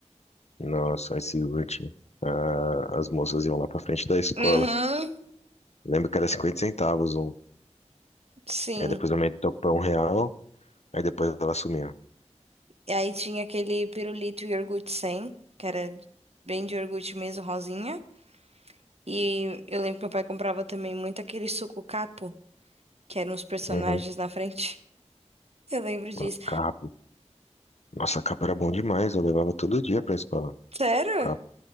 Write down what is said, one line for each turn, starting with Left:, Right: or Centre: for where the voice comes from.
Left: Nossa, esse último. Ah, as moças iam lá pra frente da escola.
Right: Uhum,
Left: Lembro que era 50 centavos um.
Right: sim.
Left: Aí depois aumentou pra um real, aí depois ela sumiu.
Right: E aí tinha aquele pirulito iogurte sem, que era bem de iogurte mesmo, rosinha. E eu lembro que meu pai comprava também muito aquele suco capo, que eram os personagens
Left: Uhum.
Right: na frente. <laughs> Eu lembro disso.
Left: A Capo. Nossa, a capo era bom demais, eu levava todo dia pra escola.
Right: Sério?
Left: Capo.